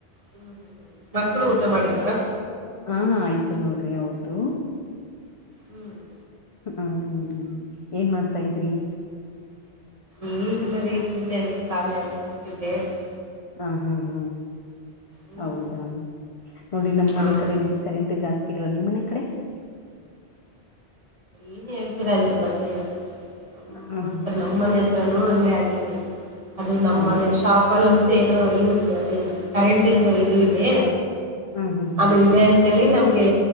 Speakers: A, on the right; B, on the left.
A: ಹುಂ, ಹೂಂ, ಹುಂ ಮಕ್ಕಳು ಊಟ ಮಾಡಿದ್ದಾರಾ
B: ಹಾ, ಹಾ ಆಯ್ತು ನೋಡ್ರಿ ಅವ್ರುದು.
A: ಹೂ. <unintelligible>
B: ತಾವು ಏನ್ ಮಾಡ್ತಾ ಇದ್ರಿ. <unintelligible>
A: ಏನ್ ಇಲ್ಲರಿ ಸುಮ್ಮನೆ ಹಂಗೆ ಖಾಲಿ ಆಗೆ ಕೂತಿದ್ದೆ. <unintelligible>
B: ಹಾ ಹ ಹ
A: ಹ್ಮ್
B: ಹೌದಾ ನೋಡಿ ನಮ್ಮನೆ
A: ಹೌದ್ರಿ
B: ಕಡಲಿ <unintelligible> ಕರೆಂಟ್ ಜಾಸ್ತಿ ಇರಲ್ಲ ನಿಮ್ಮ ಮನೆ ಕಡೆ. <unintelligible>
A: ಏನ್ ಹೇಳ್ತೀರಾ ಅದರ ಬಗ್ಗೆ ನಮ್ಮತ್ರ
B: ಹ ಹ್ಮ್
A: ನಮ್ಮ ಮನೆ <unintelligible> ಹತ್ರನು ಹಂಗೆ ಆಗಿದೆ ಅದು ನಮ್ಮನೆ
B: ಓ
A: ಶಾಪಲ್ಲ ಅಂತ <unintelligible> ಇದ ಏನೋ ಯುಜ್ ಅದೇನು ಕರೆಂಟ್ ಇಂದ ಇದು ಇದೆ
B: ಹ ಹ್ಮ್ ಹ್ಮ್
A: ಅದು ಇದೆ ಅಂ <unintelligible> ಅಂತ್ ಹೇಳಿ ನಮ್ಗೆ